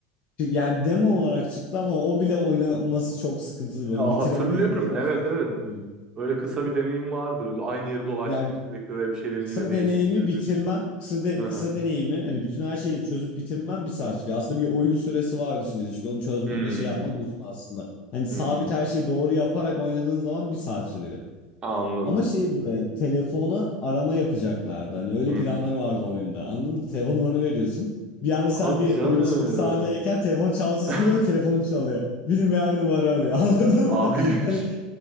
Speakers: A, on the left; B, on the right.
A: Yani demo olarak çıktı ama o bile oynanması çok sıkıntılı bir oyun.
B: Aa,
A: Bitiremez,
B: hatırlıyorum.
A: bitirmesi
B: Evet
A: çok
B: evet.
A: sıkıntılı bir oyun.
B: Öyle kısa bir deneyim vardı. Aynı yeri dolaştın
A: Yani
B: sürekli ve bir şeylerin
A: kısa
B: yine değiştiği
A: deneyimi
B: gibi
A: bitirmen,
B: bir.
A: kısa, de-
B: Hı
A: kısa
B: hı.
A: deneyimi hani bütün her şeyi de çözüp bitirmen bir saat sürüyor. Aslında bir oyun süresi var düşünce çünkü onu çözmek
B: Hmm,
A: ve şey yapmak uzun aslında. Hani sabit
B: hmm.
A: her şeyi doğru yaparak oynadığın zaman bir saat sürüyor.
B: Anladım.
A: Ama şey böyle telefona arama yapacaklardı. Hani öyle
B: Hı
A: planları
B: hı.
A: vardı oyunda. Anladın mı? Telefon numaranı veriyorsun. Bir anda
B: Hadi
A: sen bir
B: canım.
A: oyun içinde bir sahnedeyken telefon çalsız
B: <laughs>
A: geliyor ve telefonun çalıyor. Bilinmeyen bir numara arıyor. <laughs> Anladın mı?
B: Hayır.
A: Hani